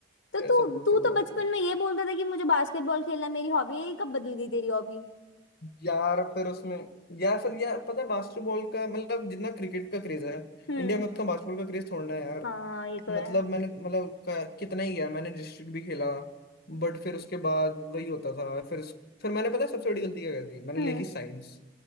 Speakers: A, on the left; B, on the left.
A: तो तू
B: ऐसा बोलते
A: तू
B: हैं वो
A: तो
B: लोग
A: बचपन में ये बोलता था कि मुझे बास्केटबॉल खेलना मेरी हॉबी है ये कब बदल गई तेरी हॉबी
B: यार फिर उसमें यार फिर यार पता है बास्केटबॉल का मतलब जितना क्रिकेट का क्रेज है
A: हम्म
B: इंडिया में उतना बास्केटबॉल का क्रेज थोड़ा है यार
A: हाँ ये तो
B: मतलब
A: है
B: मैंने मतलब क- कितना ही गया मैंने डिस्ट्रिक्ट भी खेला बट फिर उसके बाद वही होता था फिर फिर मैंने पता है सबसे बड़ी गलती क्या कर दी मैंने
A: हम्म
B: ले ली साइंस